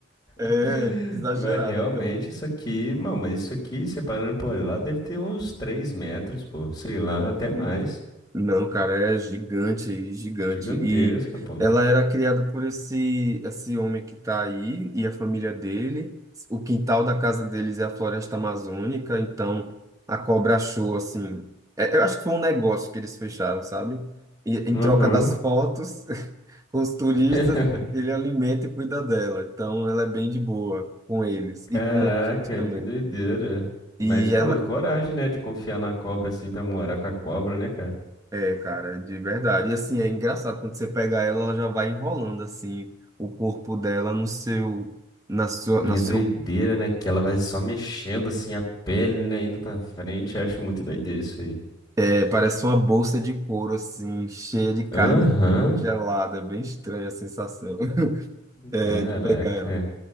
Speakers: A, on the right; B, on the left.
A: é
B: <laughs>
A: muito exagerada,
B: Mas realmente
A: aquela do
B: isso aqui, não, mas isso aqui, separando por lá, deve ter uns 3 metros, pô. Sei lá, até mais.
A: Não, cara, é gigante, gigante.
B: Gigantesca,
A: E
B: pô.
A: ela era criada por esse esse homem que tá aí e a família dele. O quintal da casa deles é a floresta amazônica, então a cobra achou assim. é- eu acho que foi um negócio que eles fecharam, sabe? E, em
B: Uhum.
A: troca das fotos <laughs> com os turistas,
B: <laughs>
A: ele alimenta e cuida dela. Então ela é bem de boa com eles
B: Caraca,
A: e com outros também.
B: que doideira. Mas,
A: E
B: pô,
A: ela,
B: coragem, né, de confiar na cobra assim pra morar com a cobra, né, cara?
A: É, cara, de verdade. E assim, é engraçado, quando você pega ela, ela já vai enrolando assim o corpo dela no seu na sua
B: E
A: na
B: é
A: seu
B: doideira, né, que ela vai só mexendo assim a pele, né, indo pra frente. Eu acho muito doideira isso aí.
A: pé, parece uma bolsa de couro assim, cheia de carne
B: Aham,
A: dentro, gelada, é bem estranha a sensação <laughs> é,
B: caraca.
A: de pegar ela.